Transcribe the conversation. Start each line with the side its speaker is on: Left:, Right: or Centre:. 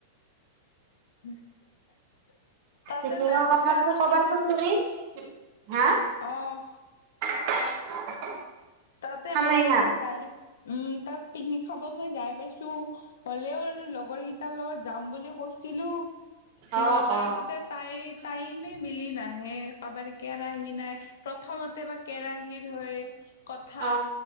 Left: <unintelligible> তাতে
Right: মিটিঙৰ
Left: যাই পাইছা
Right: কথাটো
Left: না
Right: কবাচোন
Left: পিছে?
Right: তুমি হা?
Left: অহ।
Right: <inaudible>
Left: তাতে
Right: খামৰেঙা
Left: মই এবাৰ যাই উম তাত পিকনিক খাব মই যাই পাইছো। হলেও লগৰ কেইটাৰ লগত যাম বুলিও কৈছিলো, সিহঁতৰ সিহঁতৰ
Right: অ অ
Left: গোটেত তাই টাইমে মিলি নাহে কাবাৰ কেৰাহী নাই প্ৰথমতে বা কেৰাহীৰ হয় কথা
Right: অ